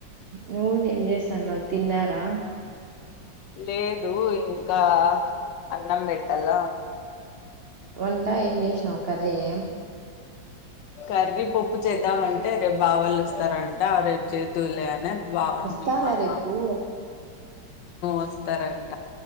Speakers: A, on the right; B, on the left.
A: నువ్వు ఏం చేస్తానువ్వు తిన్నారా
B: లేదు ఇంకా అన్నం పెట్టాల
A: వంట ఏం చేసినావు కర్రీ ఏ
B: కర్రీ పప్పు చేద్దామంటే రేపు మావాళ్ళు వస్తారంట రేపు చేదువులే అని బ
A: వస్తారా
B: మీ మామా
A: రేపు
B: వస్తారండి